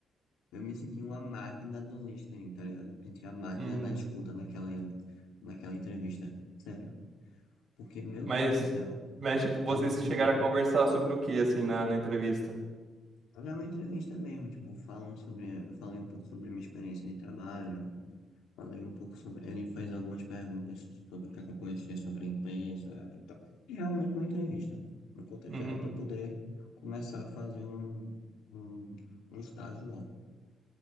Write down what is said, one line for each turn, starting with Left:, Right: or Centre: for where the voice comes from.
Left: Eu me senti uma máquina do listening, tá ligado? Eu me senti a máquina
Right: Uhum.
Left: da escuta naquela, naquela entrevista. Sério. Porque, meu
Right: Mas,
Left: Deus do céu,
Right: mas, tipo, vocês
Left: tava. mu-
Right: chegaram a conversar sobre o que assim na, na entrevista?
Left: Era uma entrevista mesmo, tipo, falando sobre. Eu falei um pouco sobre a minha experiência de trabalho, falei um pouco sobre. Ele fez algumas perguntas sobre o que é que eu conhecia sobre a empresa e tal. E realmente uma entrevista, no contexto
Right: Uhum,
Left: geral, para poder começar a fazer um, um, um estágio lá.